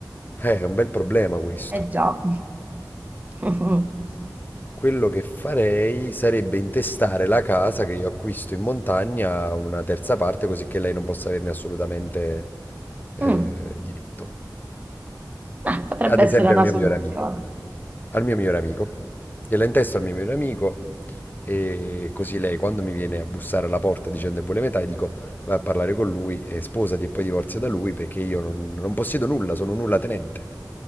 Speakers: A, on the left (about 25°); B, on the right (about 20°).
A: Eh, è un bel problema questo.
B: eh già, <laughs>
A: Quello che farei sarebbe intestare la casa che io acquisto in montagna a una terza parte, così che lei non possa averne assolutamente eh,
B: Mm,
A: diritto.
B: eh, potrebbe
A: Ad esempio
B: essere una
A: al mio
B: soluzione.
A: migliore amico. Al mio migliore amico. Gliela intesto al mio migliore amico e così lei quando mi viene a bussare alla porta dicendo che vuole metà, io dico vai a parlare con lui e sposati e poi divorzia da lui perché io non, non possiedo nulla, sono nulla tenente.